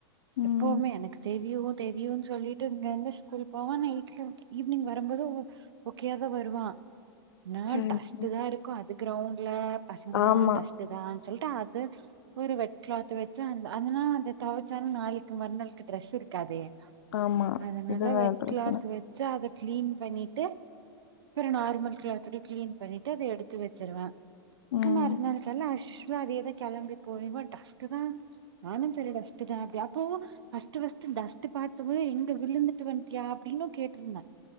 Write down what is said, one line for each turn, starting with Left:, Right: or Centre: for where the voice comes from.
Left: ம்.
Right: எப்பவுமே எனக்கு தெரியு தெரியு சொல்லிட்டு இங்க இருந்து ஸ்கூல் போவ நைட்ல ஈவினிங் வர்ற வரம்போது ஓ-ஓக்கேயா தா வருவா. ஆன
Left: சரி,
Right: டஸ்ட்தா
Left: சரி.
Right: இருக்கு அது இது கிரௌண்ட்ல பசங்கதா
Left: ஆமா,
Right: டஸ்டுதா சொல்ட்டா அது ஒரு வெட் கிளாத் வச்சு அந் அதனா அத தொவச்சாலு நாளைக்கு மறுநாளுக்கு ட்ரெஸ் இருக்காதே
Left: ஆமா.
Right: அதனால
Left: இதுதான்
Right: வெட்
Left: பிரச்சன.
Right: கிளாத் வச்சு அது கிளீன் பண்ணிட்டு அப்றோ நார்மல் கிளாத்க்கு கிளீன் பண்ணிட்டு அத எடுத்து வச்சிருவே
Left: ம்.
Right: <unintelligible> இருந்தாலு தெர்ல அது எதோ கிளம்பி போயிருவன்- <unintelligible> ஃமேனேஜ் சரி டஸ்ட் தா அப்டி அப்போவு ஃபர்ஸ்ட் ஃபர்ஸ்ட் டஸ்ட் பாத்துமே எங்க விழுந்துட்டு வந்ட்டியா அப்படினு கேட்ருந்த.